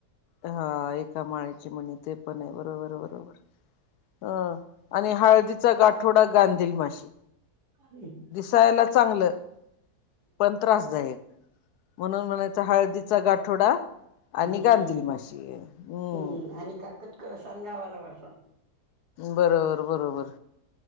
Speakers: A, on the left; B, on the right.
A: हा एका माळीचे मणी ते पण आहे बरोबर, बरोबर. अं आणि हळदीचा गाठोडा गांधेल माशी.
B: आधिच
A: तयाला चांगलं पण त्रासदायक म्हणून म्हणायचं हळदीचा गाठोडा आणि
B: हम्म
A: गांधी दिल माशी हूं..
B: हम्म आणि काकत कळसा आणि गावाला वळसा.
A: बरोबर, बरोबर